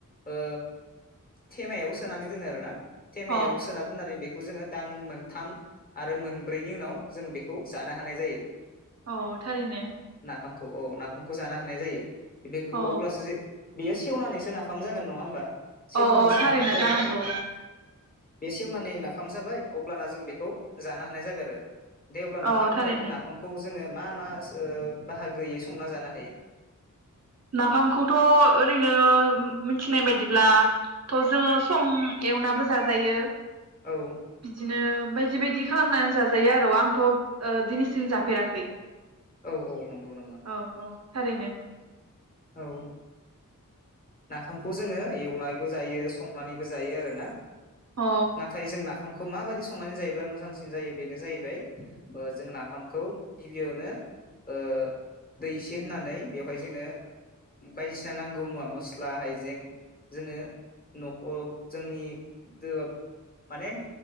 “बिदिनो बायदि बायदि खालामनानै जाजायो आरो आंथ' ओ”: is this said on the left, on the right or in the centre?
Right